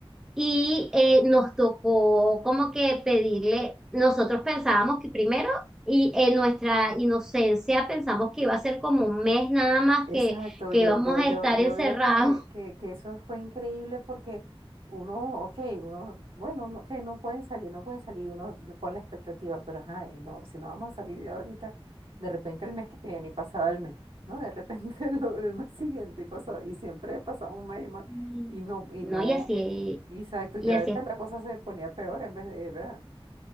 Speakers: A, in the centre; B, on the right (about 65°).
A: Y eh, nos tocó como que pedirle, nosotros pensábamos que primero, y en nuestra inocencia pensamos que iba a ser como un mes nada más
B: Exacto,
A: que, que
B: yo,
A: íbamos
B: yo,
A: a
B: yo,
A: estar
B: yo
A: encerrados.
B: veo que, que, que eso fue increíble porque uno, ok, uno, bueno, no, que no pueden salir, no pueden salir, uno con la expectativa, pero ajá, y no, si no vamos a salir de ahorita, de repente el mes que viene y pasaba el mes, ¿no? De repente <laughs> el, el mes siguiente y pasaba, y siempre pasaba un mes y más,
A: <laughs>
B: y no, y
A: No,
B: no,
A: y así,
B: exacto, y
A: y
B: cada
A: así
B: día la cosa se ponía peor en vez de, ¿verdad?